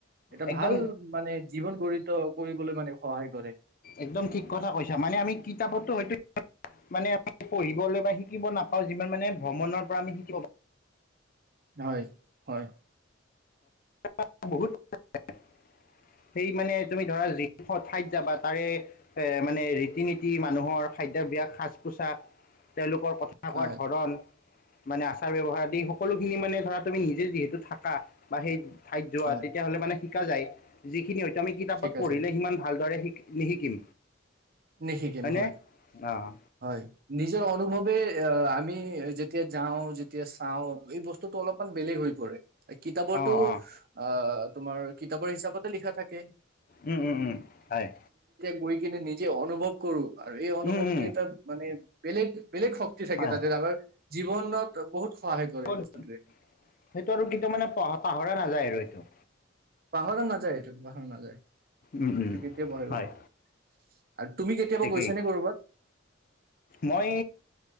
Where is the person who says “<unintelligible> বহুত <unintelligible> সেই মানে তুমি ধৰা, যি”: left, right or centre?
Left